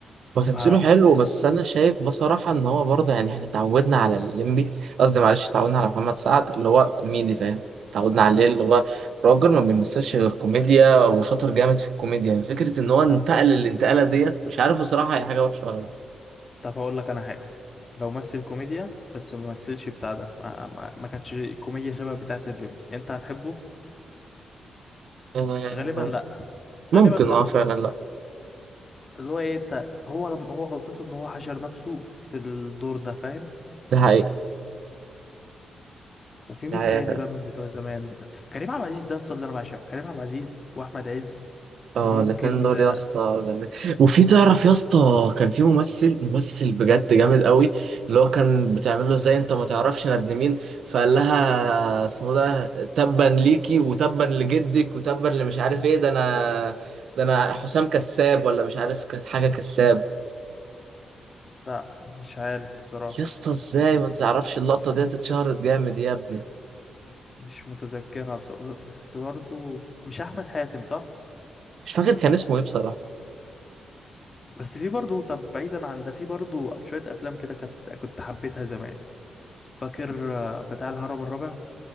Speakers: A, on the right; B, on the left.
A: هو تمثيله
B: ف
A: حلو بس انا شايف بصراحه ان هو برضه يعني احنا اتعودنا على الليمبي قصدي معلش اتعودنا على محمد سعد اللي هو كوميدي فاهم اتعودنا عليه اللي هو راجل ما بيمثلش غير كوميديا وشاطر جامد في الكوميديا فكره ان هو انتقل
B: طب
A: الانتقاله ديت مش عارف بصراحه هي حاجه وحشه ولا لا
B: طب هقول لك انا حاجة لو مثل كوميديا بس ما مثلش بتاع ده ما, ما... ما كانتش كوميديا شبه بتاعت الليمبي انت هتحبه
A: آه،
B: غالبا
A: ممكن
B: غالبا لا
A: اه فعلا لا
B: اللي هو ايه انت هو هو غلطته ان هو حشر نفسه في الدور ده فاهم
A: ده حقيقه
B: وفي
A: ده
B: مين
A: حقيقة
B: تاني
A: فعلا.
B: بقى من بتوع زمان كريم عبد العزيز ده اصلا اللي انا بعشقه كريم عبد العزيز واحمد عز
A: اه
B: وممكن
A: الاتنين دول
B: آه،
A: يا اسطى جامد. وفي تعرف يا اسطى كان في ممثل ممثل بجد جامد قوي اللي هو كان بتعمل له ازاي انت ما تعرفش انا ابن مين فقال لها اسمه ده تبا ليكي وتبا لجدك وتبا اللي مش عارف ايه ده انا ده انا حسام كساب ولا مش عارف كانت حاجه كساب
B: لا مش عارف بصراحة
A: يا اسطى ازاي
B: ف-
A: ما تعرفش اللقطه دي اتشهرت جامد يا ابني
B: مش متذكرها بصراحة بس برضو مش احمد حاتم صح
A: مش فاكر كان اسمه ايه بصراحه
B: بس في برضو طب بعيدا عن ده في برضو شوية افلام كده كانت كنت حبيتها زمان فاكر آه، بتاع الهرم الرابع